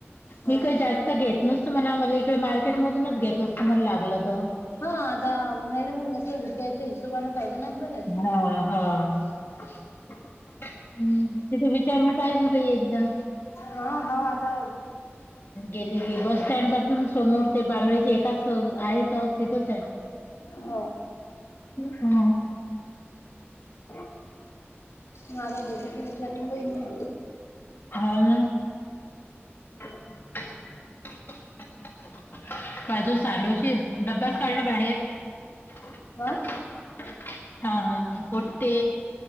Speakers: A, on the left; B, on the left.
A: हो
B: मी काय
A: ना
B: जास्त घेत नसतो मला, मला इकडे मार्केट मधूनच घेत आसतो मला लागलं त
A: हा आता नाही ना मग असं विकायच्या हिशोबाने पाहिजे ना आपल्याले?
B: हा हा हम्म, तिथ विचारून पाय ना बाई एकदा
A: हं हं आता
B: गेली गे बस स्टँड पासून सोमोर ते बांगळेचे एकाच आहे त तिथचय
A: हो
B: हा <inaudible>
A: माझ गेले की विचारी बाई मी
B: हाव नं <unintelligible> <inaudible> बाय तो साडवशील डब्बाच काढण बाहेर
A: हा
B: <inaudible> हा हा पटते